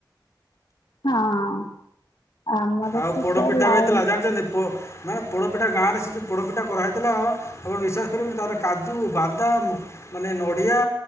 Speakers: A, on the left; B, on the left.
A: ହଁ। ଆମର
B: ଆଉ
A: ତ
B: ପୋଡ
A: ସେ
B: ପିଠା
A: ଲାଇନ
B: ବି ହେଇଥିଲା ଜାଣିଛନ୍ତି ପୋ ମାନ ପୋଡ଼ପିଠା ଗାଁରେ ସେ ଯେଉଁ ପୋଡ଼ପିଠା କରାହୋଇଥିଲା ଆପଣ ବିଶ୍ୱସ କରିବେନି ତାର କାଜୁ ବାଦାମ ମାନେ ନଡ଼ିଆ